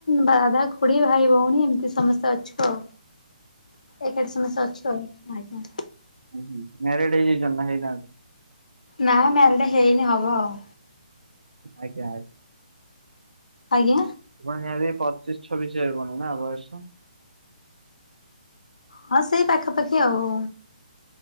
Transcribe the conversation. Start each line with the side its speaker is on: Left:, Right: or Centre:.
Left: ବାଦା ଖୁଡ଼ି ଭାଇ ଭଉଣୀ ଏମିତି ସମସ୍ତେ ଅଛୁ ଆଉ। ଏକାଠି ସମସ୍ତେ ଅଛୁ ଆଉ ଆଜ୍ଞା।
Right: ହଁ, ହଁ। ମ୍ୟାରେଡ ହେଇଯାଇଛନ୍ତି ନାଁ ହେଇନାହାନ୍ତି?
Left: ନା ମ୍ୟାରେଡ୍ ହେଇନି ହବ ଆଉ।
Right: ଆଜ୍ଞା, ଆଜ୍ଞା।
Left: ଆଜ୍ଞା।
Right: ମୋର ନିହାତି ପଚିଶ ଛବିଶ ହବଣି ନା ବୟସ।
Left: ହଁ ସେଇ ପାଖାପାଖି ଆଉ।